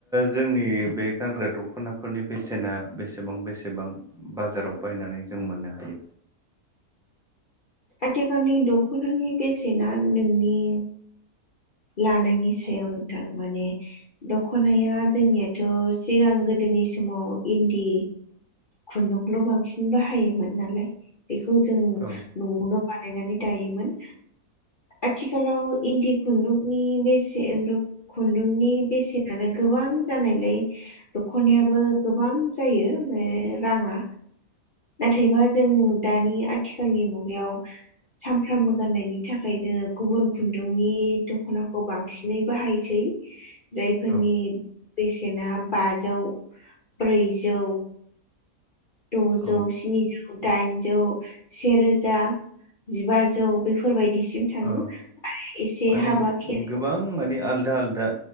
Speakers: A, in the centre; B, on the left (about 40°).
A: जोंनि बे गानग्रा दख'नाफोरनि बेसेना बेसेबां बेसेबां बाजाराव बायनानै जों मोननो हायो
B: आथिखालनि दख'नानि बेसेना नोंनि लानायनि सायाव नोंथां माने दख'नाया जोंनियाथ' सिगां गोदोनि समाव इन्दि खुन्दुंल' बांसिन बाहायोमोन नालाय बेखौ जों
A: औ
B: न'आवनो बानायनानै दायोमोन आथिखालाव इन्दि खुन्दुं नि बेसे खुन्दुंनि बेसेनानो गोबां जानायलाय दख'नायाबो गोबां जायो माने राङा नाथायबा जों दानि आथिखालनि मुगायाव सामफ्रामबो गाननायनि थाखाय जोङो गुबुन खुन्दुंनि दख'नाखौ बांसिनै बाहायसै जायफोरनि
A: औ
B: बेसेना बाजौ ब्रैजौ द'जौ
A: औ
B: स्निजौ दाइनजौ सेरोजा जिबाजौ बेफोरबायदिसिम थाङो
A: औ
B: आरो एसे
A: माने
B: हाबा खेराय
A: गोबां माने आलदा आलदा